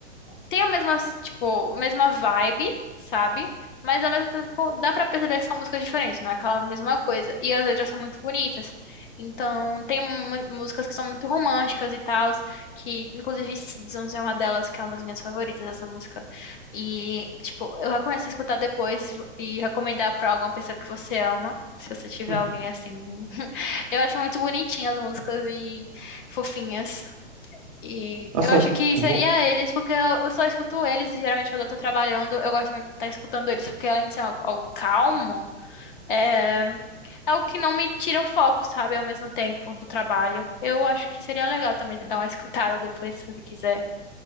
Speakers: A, on the left; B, on the right.
A: tem a mesma, tipo, mesma vibe, sabe? Mas ao mesmo tempo dá pra perceber que são músicas diferentes, não é aquela mesma coisa. E as letras são muito bonitas. Então, tem mu- músicas que são muito românticas e tal, que inclusive Seasons é uma delas, que é uma das minhas favoritas essa música. E, tipo, eu recomendo você escutar depois e recomendar pra alguma pessoa que você ama. Se você tiver
B: <laughs>
A: alguém assim. <laughs> Eu acho muito bonitinhas as músicas e fofinhas. E
B: Nossa,
A: eu acho que seria
B: vou,
A: eles, porque eu eu só escuto eles, e geralmente quando eu tô trabalhando, eu gosto muito de estar escutando eles, porque além de ser algo, algo calmo, é... é algo que não me tira o foco, sabe? Ao mesmo tempo do trabalho. Eu acho que seria legal também você dar uma escutada depois, se você quiser.